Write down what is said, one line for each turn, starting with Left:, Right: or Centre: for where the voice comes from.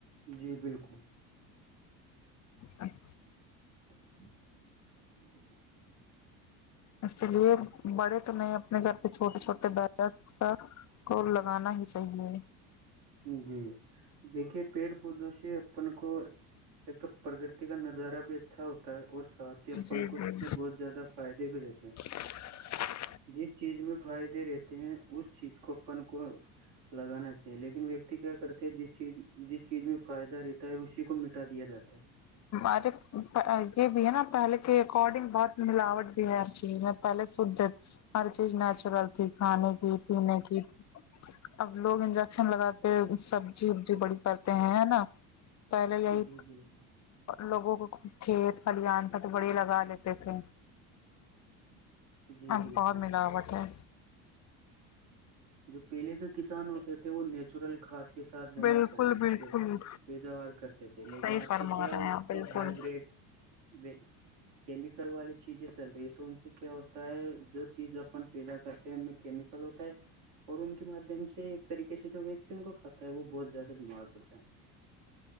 Right: جی بالکل
Left: اچ
Right: <inaudible>
Left: اس لیے بڑے تو نہیں اپنے گھر کے چھوٹے چھوٹے دادا کا کو لگانا ہی چاہیے
Right: جی دیکھیے پیڑ پودوں سے اپن کو ایک تو پرگتی کا نظارہ بھی اچھا ہوتا ہے اور ساتھی اپن
Left: جی
Right: کو
Left: جی
Right: اس سے بہت زیادہ فائدے بھی رہتے ہیں
Left: <inaudible>
Right: جس چیز میں فائدے رہتے ہیں اس چیز کو اپن کو لگانا چاہیے لیکن ویکتی کیا کرتے ہیں جس چیز جس چیز میں فائدہ رہتا ہے اس چیز کو مٹا دیا جاتا ہے
Left: ارے یہ بھی ہے نا پہلے کے اکارڈنگ بہت ملاوٹ بھی ہے ہر چیز میں پہلے سجت ہر چیز نیچرل تھی کھانے کی پینے کی اب لوگ انجیکشن لگاتے سبزی وبزی بڑی کرتے ہیں نا پہلے یہی
Right: جی بالکل
Left: لوگوں کو کھیت خھلیان تھا تو بڑے لگا لیتے تھے
Right: جی
Left: اب
Right: بالکل
Left: بہت ملاوٹ ہے
Right: جو پہلے کے کسان ہوتے تھے وہ نیچرل خاد کے ساتھ زمین
Left: بالکل
Right: کرتے
Left: بالکل
Right: پیداوار کرتے تھے لیکن
Left: صحیح
Right: اب
Left: فرما
Right: کے کیا
Left: رہے
Right: ایک
Left: ہیں آپ بالکل
Right: تو ہائبرڈ و کیمیکل والی چیزیں چل رہی ہے تو ان سے کیا ہوتا ہے جو چیز اپن پیدا کرتے ہیں ان میں کیمیکل ہوتا ہے اور ان کے مادھیم سے ایک طریقے سے جو ویکتی ان کو کھاتا ہے وہ بہت زیادہ بیمار پڑتا ہے